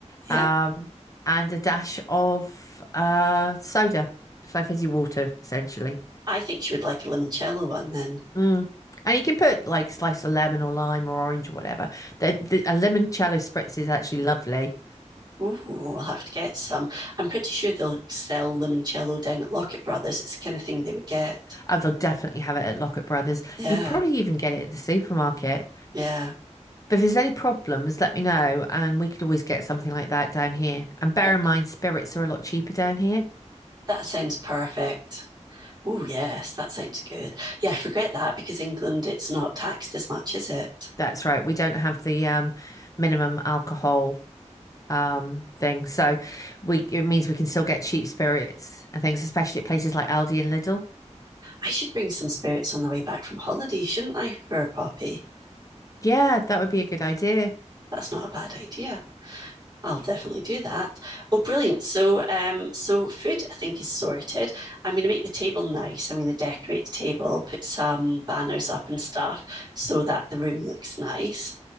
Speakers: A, on the right; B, on the left.
A: yeah.
B: um, and a dash of uh, soda. It's like fizzy water, essentially.
A: I think she would like a limoncello one then.
B: Mm. And you can put like slice of lemon or lime or orange or whatever. The, the, a limoncello spritz is actually lovely.
A: Ooh, I'll have to get some. I'm pretty sure they'll sell limoncello down at Lockett Brothers. It's the kind of thing they would get.
B: And they'll definitely have it at Lockett Brothers.
A: Yeah,
B: You'd probably even get it at the supermarket.
A: yeah.
B: But if there's any problems, let me know, and we could always get something like that down here. And bear
A: That
B: in mind, spirits are a lot cheaper down here.
A: that sounds perfect. Oh yes, that sounds good. Yeah, forget that because England it's not taxed as much, is it?
B: That's right. We don't have the um, minimum alcohol um, thing, so we it means we can still get cheap spirits and things, especially at places like Aldi and Lidl.
A: I should bring some spirits on the way back from holiday, shouldn't I, for a poppy?
B: Yeah, that would be a good idea.
A: That's not a bad idea. I'll definitely do that. Oh, brilliant. So, um, so food I think is sorted. I'm going to make the table nice. I'm going to decorate the table, put some banners up and stuff so that the room looks nice.